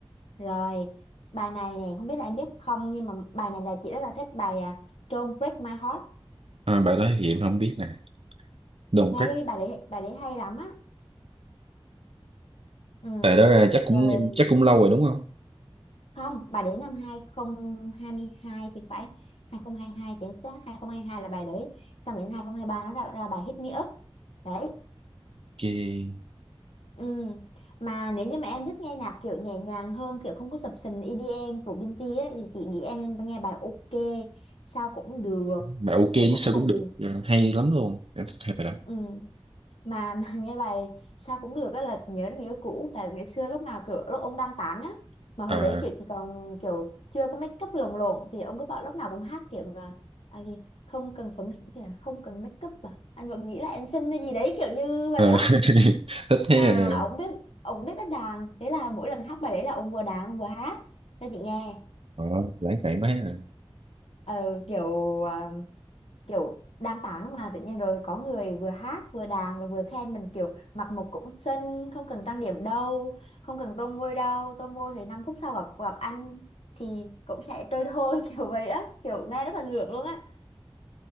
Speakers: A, on the left; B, on the right.
A: rồi bài này nè không biết là em biết không nhưng mà bài này là chị rất là thích bài à, Don't Break My Heart
B: à, bài đó thì em không biết nè đồng
A: nghe
B: cát
A: đi bài đấy bài đấy hay lắm á ừ
B: bài đó ra chắc cũng
A: rồi
B: em chắc cũng lâu rồi đúng không
A: không bà để năm 2022 thì phải 2022 chính xác 2022 là bà để xong đến 2023 nó ra, ra bài Hit Me Up đấy
B: ok
A: ừ. mà nếu như mà em thích nghe nhạc kiểu nhẹ nhàng hơn kiểu không có sập sình EDM của Binz ấy, thì chị nghĩ em nghe bài OK sao cũng được
B: bài ok chứ
A: rồi có
B: sao
A: cái bài
B: cũng được
A: gì
B: à, hay lắm luôn em thích hai bài đó
A: ừ. mà, <laughs> mà nghe bài sao cũng được á là nhớ đến người yêu cũ tại vì ngày xưa lúc nào kiểu lúc ông đang tán á mà hồi
B: à,
A: đấy kiểu chỉ còn kiểu chưa có make up lồng lộn thì ông cứ bảo lúc nào cũng hát kiểu mà à gì không cần phấn thì là không cần make up à anh vẫn nghĩ là em xinh hay gì đấy kiểu như vậy
B: à
A: á
B: <laughs> thích thế
A: mà ông
B: à
A: biết ông biết đánh đàn thế là mỗi lần hát bài đấy là ông vừa đàn ông vừa hát cho chị nghe
B: Ờ, lãng mạn quá à.
A: ờ, kiểu ờ, kiểu đang tán mà tự nhiên rồi có người vừa hát vừa đàn rồi vừa khen mình kiểu mặc một cũng xinh không cần trang điểm đâu không cần tô môi đâu tô môi thì 5 phút sau gặp gặp anh thì cũng sẽ trôi thôi <laughs> kiểu vậy á kiểu nghe rất là ngượng luôn á